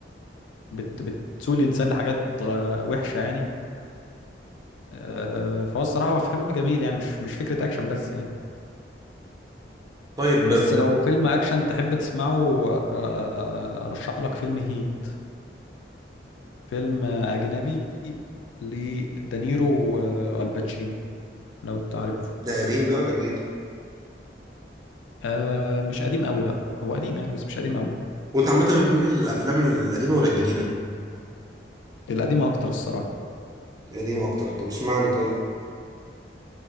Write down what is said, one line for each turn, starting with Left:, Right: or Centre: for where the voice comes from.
Left: بت بتسوق الانسان لحاجات غ- وحشة يعني آه، فهو الصراحة هو فيلم جميل يعني مش مش فكرة اكشن بس يعني
Right: طيب
Left: بس
Right: بر-
Left: لو فيلم اكشن تحب تسمعه أر- ارشح لك فيلم هيت فيلم اجنبي لدانيرو والباتشينو لو تعرفه
Right: ده قديم ده ولا جديد؟
Left: آه مش قديم قوي لا هو قديم يعني بس مش قديم قوي
Right: وأنت عامة بتميل للأفلام القديمة ولا الجديدة؟
Left: القديم اكتر الصراحه
Right: القديمة أكتر طب اشمعنى طيب؟